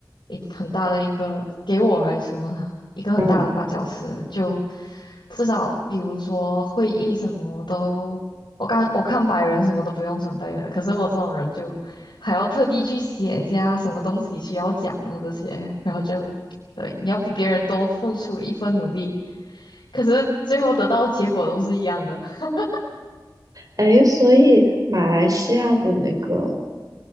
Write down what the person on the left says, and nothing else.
一很大的一个给我来说呢，一个很大的绊脚石。
就至少比如说会议什么，我都我看我看百人什么都不用准备的，可是我这种人就还要特地去写一下什么东西需要讲的这些，然后就对你要比别人多付出一分努力，可是最后得到的结果都是一样的。<laughs>